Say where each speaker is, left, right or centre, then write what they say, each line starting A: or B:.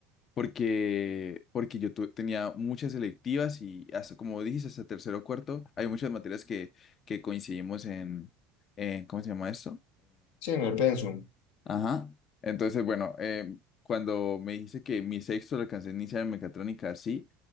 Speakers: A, on the left; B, on the left.
A: porque, porque yo tu- tenía muchas electivas y hasta, como dijiste, hasta tercero o cuarto, hay muchas materias que, que coincidimos en, en, ¿cómo se llama esto?
B: Sí, en el pensum
A: Ajá. Entonces, bueno, eh, cuando me dijiste que mi sexto lo alcancé en ciencia de mecatrónica, sí,